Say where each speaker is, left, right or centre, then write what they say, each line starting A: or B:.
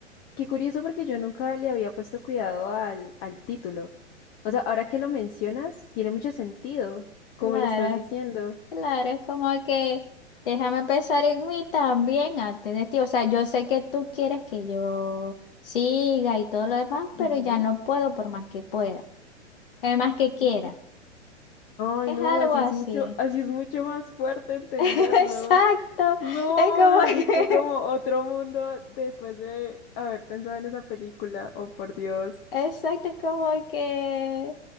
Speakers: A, on the left; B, on the left.
A: qué curioso porque yo nunca le había puesto cuidado al, al título. O sea, ahora que lo mencionas, tiene mucho sentido, como
B: Claro,
A: lo estás diciendo.
B: claro, es como que déjame pensar en mí también antes de ti. O sea, yo sé que tú quieres que yo siga y todo lo demás, pero
A: Ujú.
B: ya no puedo por más que pueda, es más que quiera.
A: Uy, Ay,
B: Es
A: no,
B: algo
A: así
B: así.
A: es mucho, así es mucho más fuerte entenderlo.
B: <laughs> Exacto,
A: No,
B: es como
A: me abriste
B: que,
A: como otro mundo después de haber pensado en esa película. Oh, por Dios.
B: <laughs> exacto, es como que